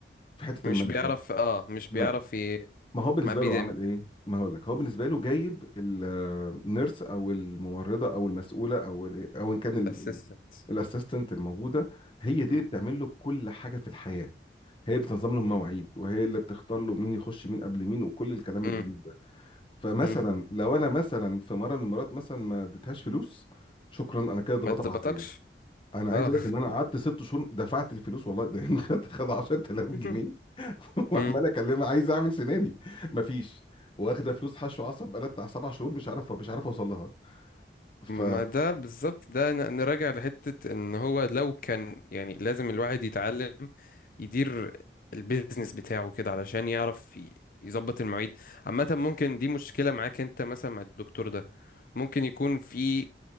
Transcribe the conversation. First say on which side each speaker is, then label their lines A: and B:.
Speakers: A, on the left; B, on the left.
A: في حته
B: مش
A: المانجمنت
B: بيعرف اه مش بيعرف
A: لا
B: ي...
A: ما هو بالنسبه
B: ما بي
A: له عمل ايه ما هقول لك هو بالنسبه له جايب النيرس او الممرضه او المسؤوله او ال- او ان كان
B: اسيستنت
A: الاسيستنت الموجوده هي دي اللي
B: امم
A: بتعمل له كل حاجه في الحياه هي اللي بتنظم له المواعيد وهي اللي بتختار له مين يخش مين قبل مين وكل الكلام
B: امم
A: الجميل ده فمثلا
B: إمم.
A: لو انا مثلا في مره من المرات مثلا ما اديتهاش فلوس شكرا انا كده اتغضب
B: ما تظبطكش
A: عليا انا عايز
B: اه
A: اقول لك ان انا قعدت ست شهور دفعت الفلوس والله ده <laughs> خد خد 10000 جنيه
B: <laughs>
A: <laughs> وعمال
B: امم
A: اكلمها عايز اعمل سناني مفيش واخده فلوس حشو عصب بقالها بتاع سبع شهور مش عارف مش عارف اوصل لها ف
B: ما ده بالظبط ده ن- نراجع لحتة ان هو لو كان يعني لازم الواحد يتعلم يدير البيزنس بتاعه كده علشان يعرف ي- يظبط المواعيد عامة ممكن دي مشكلة معاك انت مثلا مع الدكتور ده ممكن يكون في